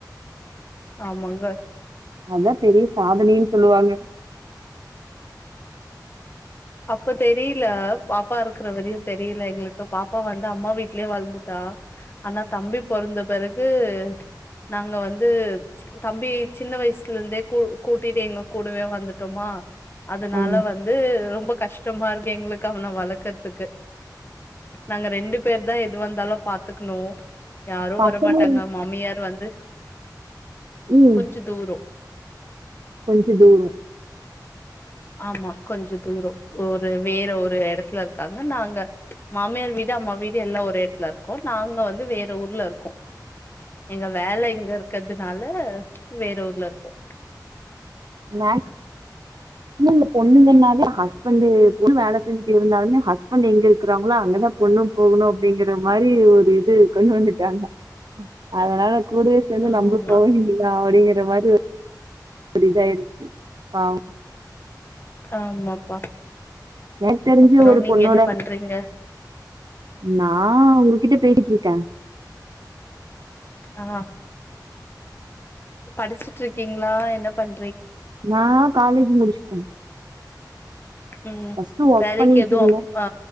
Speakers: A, on the left; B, on the right.
A: ஆமாங்க
B: அதா பெரிய சாதனைன் சொல்லுவாங்க
A: அப்ப தெரில பாப்பா இருக்குற வரையு தெரில எங்ளுக்கு பாப்பா வந்து அம்மா வீட்லயே வளந்துட்டா ஆனா தம்பி பொறந்த பிறகு நாங்க வந்து தம்பி சின்ன வயசுலந்தே கூ கூட்டிட்டு எங்க கூடவே வந்துட்டோமா அதுனால
B: ம்
A: வந்து கஷ்டமா இருக்கு எங்களுக்கு அவன வளக்கற்துக்கு நாங்க ரெண்டு பேர்தா எது வந்தாலு பாத்துக்ணு யாரு
B: பசங்க
A: வரமாட்டாங்க மாமியார் வந்து
B: ம்
A: கொஞ்ச தூரொ
B: கொஞ்ச தூரொ
A: ஆமா கொஞ்ச தூரொ ஒரு வேற ஒரு எடத்துல இருக்காங்க நாங்க மாமியார் வீடு அம்மா வீடு எல்லா ஒரே எடத்துல இருக்கோ நாங்க வந்து வேற ஊர்ல இருக்கோ எங்க வேல இங்க இருக்கதுனால வேற ஊர்ல இருக்கோ
B: மேஸ் இன்னுந்த பொண்ணுங்கனாலே ஹஸ்பண்டு பொண்ணு வேல செஞ்சுட்டு இருந்தாலுமே ஹஸ்பண்ட் எங்க இருக்குறாங்களோ அங்கதா பொண்ணு போகணு அப்டிங்குற மாரி ஒரு இது கொண்டு வந்துட்டாங்க அதனால கூடவே சேந்து
A: ஆமா
B: நம்ளு போவேண்டிதா அப்டிங்கிற மாரி ஒ ஒரு இதாயிடுச்சு பாவு
A: ஆமாப்பா
B: எனக்கு தெரிஞ்சு
A: அப்புறோ
B: ஒரு
A: நீங்க
B: பொண்ணோட
A: என்ன பண்றீங்க
B: நான் உங்ககிட்ட பேசிட்டு இருக்கேன்
A: ஆஹ் படிச்சிட்ருக்கீங்களா என்ன பண்ண
B: நான் காலேஜ் முடிச்சுட்டேன்
A: ம்
B: பஸ்டு ஒர்க்
A: வேலைக்கு
B: பண்ணிட்டு
A: எதுவு
B: இருந்தேன்
A: அப் ஆ